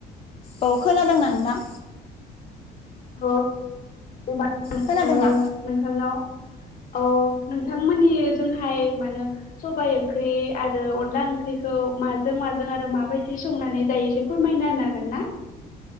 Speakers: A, on the left; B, on the left.
A: औ खोनादोंना नोंथां?
B: अह। <unintelligible>
A: खोनादोंना?
B: ओ नोंथांनाव। अ नोंथांमोननि जोंहाय मा होनो सबाइ ओंख्रि आरो अनला ओंख्रिखौ माजों माजों आरो माबायदि संनानै जायो एसे फोरमायना होनागोन ना?